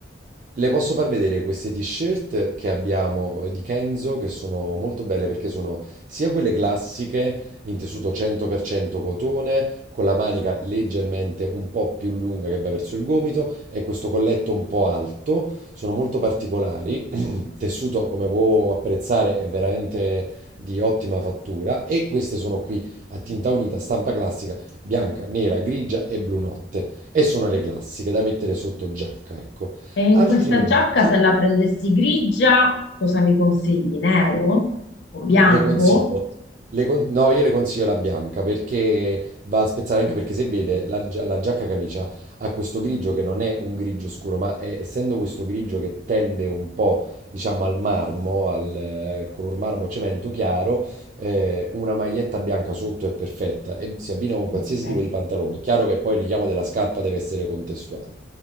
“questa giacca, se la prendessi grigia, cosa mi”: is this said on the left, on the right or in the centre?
Left